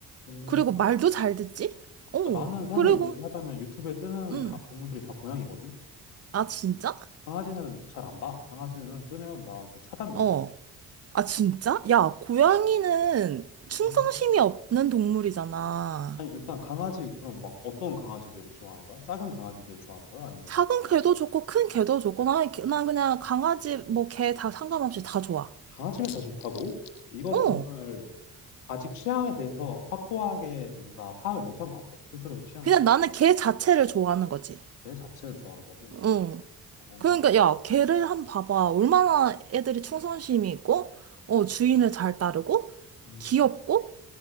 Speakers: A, on the left; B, on the right.
A: 오,
B: 그리고 말도
A: 나,
B: 잘 듣지? 어.
A: 어, 나는 사실
B: 그리고
A: 얘기하자면 유튜브에 뜨는
B: 음.
A: 가- 동물들이 다 고양이거든?
B: 아 진짜?
A: 강아지는 잘 안 봐. 강아지는 뜨면 나 그 차단 눌러.
B: 어. 아, 진짜? 야, 고양이는 충성심이
A: 오.
B: 없는 동물이잖아.
A: 아니, 일단 강아지, 그럼 막 어떤 강아지들을 좋아하는 거야? 작은 강아지들을 좋아하는 거야? 아니면
B: 작은 개도 좋고, 큰 개도 좋고, 난, 난 그냥 강아지, 뭐, 개 다 상관없이 다 좋아.
A: 강아지면 다 좋다고? 이거
B: 어.
A: 정말 아직 취향에 대해서 확고하게 뭔가 파악을 못한 것 같아. 스스로의 취향에
B: 그냥 나는 개 자체를 좋아하는 거지.
A: 대해. 개 자체를 좋아한다고?
B: 응.
A: 어,
B: 그러니까, 야, 개를 한번 봐봐. 얼마나 애들이 충성심이 있고, 어, 주인을 잘 따르고,
A: 음,
B: 귀엽고,